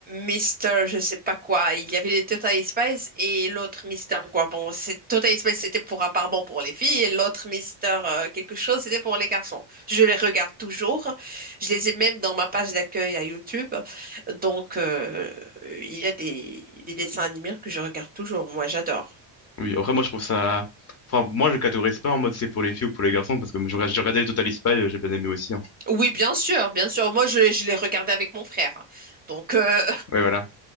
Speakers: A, on the right; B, on the left.
A: Mister, je sais pas quoi. Il y avait les Total Spice et l'autre Mister quoi. Bon, c'est- Total Spice c'était pour à part bon pour les filles et l'autre Mister euh, quelque chose c'était pour les garçons. Je les regarde toujours. Je les ai même dans ma page d'accueil à YouTube. Donc euh, il y a des, des dessins animés que je regarde toujours. Moi, j'adore.
B: Oui, après, moi, je trouve ça. Enfin, moi, je catégorise pas en mode c'est pour les filles ou pour les garçons, parce que je, je regardais le Total Spies, euh, j'ai bien aimé aussi. hein.
A: Oui, bien sûr, bien sûr. Moi, je, je les regardais avec mon frère. Donc, euh,
B: Ouais, voilà.